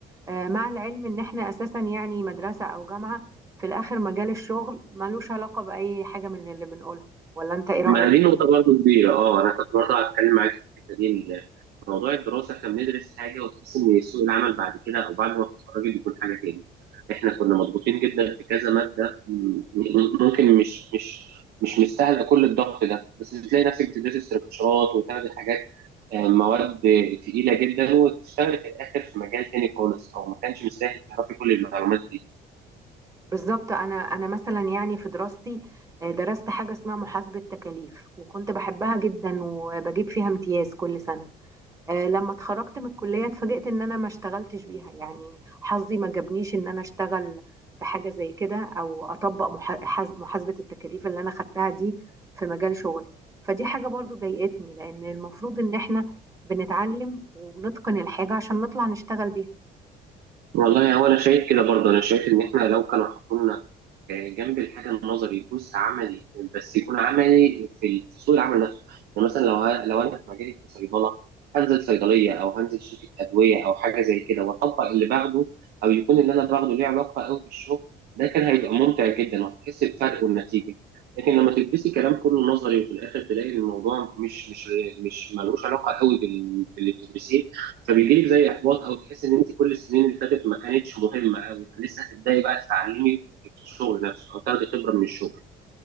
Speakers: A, on the right; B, on the right.
A: آه، مع العلم ان احنا اساسا يعني مدرسة او جامعة في الاخر مجال الشغل ملوش علاقة باي حاجة من اللي بنقولها ولا انت ايه رأيك؟
B: ما دي نقطة برضه كبيرة اه انا كنت برضه هتكلم معاك في الحتة دي إن موضوع الدراسة احنا بندرس حاجة وتحس ان سوق العمل بعد كده او بعد ما تتخرجي بيكون حاجة تاني احنا كنا مضغوطين جدا في كذا مادة م- م- ممكن مش مش مش مستاهلة كل الضغط ده بس بتلاقي نفسك بتدرسي استراكشرات وتاخدي حاجات آه، مواد تقيلة جدا وتشتغلي في الآخر في مجال تاني خالص أو ما كانش مستاهل تعرفي كل المعلومات دي
A: بالظبط انا انا مثلا يعني في دراستي آه، درست حاجة اسمها محاسبة تكاليف وكنت بحبها جدا وبجيب فيها امتياز كل سنة آه، لما اتخرجت من الكلية اتفاجئت ان انا ما اشتغلتش بيها يعني حظي ما جابنيش ان انا اشتغل في حاجة زي كده او اطبق محا- حاز- محاسبة التكاليف اللي انا خدتها دي في مجال شغلي فدي حاجة برضو ضايقتني لان المفروض ان احنا بنتعلم وبنتقن الحاجة عشان نطلع نشتغل بيها
B: والله هو انا شايف كده برضه انا شايف ان احنا لو كانوا حطوا لنا آه، جنب الحاجه النظري جزء عملي بس يكون عملي في ال- في سوق العمل نفسه يعني مثلا لو ه- لو انا في مجالي كصيدله هنزل صيدليه او هنزل شركه ادويه او حاجه زي كده واطبق اللي باخده او يكون اللي انا باخده ليه علاقه قوي بالشغل ده كان هيبقى ممتع جدا وهتحس بفرق والنتيجه لكن لما تدرسي كلام كله نظري وفي الاخر تلاقي الموضوع مش مش مش ملوش علاقه قوي بال- باللي بتدرسيه فبيجي لك زي احباط او تحس ان انت كل السنين اللي فاتت ما كانتش مهمه قوي يعني لسه هتبداي بقى تتعلمي في الشغل نفسه او تاخدي خبره من الشغل